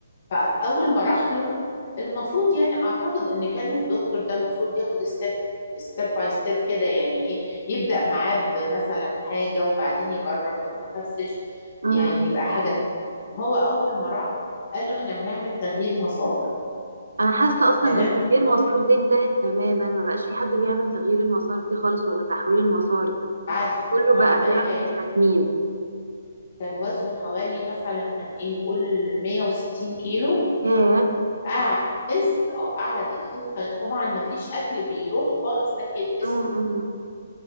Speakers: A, on the left; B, on the right.
A: فاول ما راح له المفروض يعني اعتقد ان كان الدكتور ده المفروض ياخد ستيب ستيب باي ستيب كده يعني ايه يبدا معاه بمثلا حاجه وبعدين يجرب طب ما خسش
B: مم.
A: يعني يبقى حاجه تانية. هو اول ما راح قال له احنا هنعمل تغيير مسار
B: انا حاسه اصلا
A: تمام
B: ان تغيير مسار
A: هو
B: دي انتهت تماما ما بقاش في حد بيعمل تغيير المسار دي خالص ولا تحويل المسار دي
A: عارف
B: كله
A: وعملها
B: بقى بيعمل
A: يعني
B: تكميم
A: كان وزنه حوالي مثلا ايه نقول 160 كيلو
B: ياه
A: قعد يخس اه قعد يخس طبعا ما فيش اكل بيروح خالص ناحيه جسمه
B: مم. مم.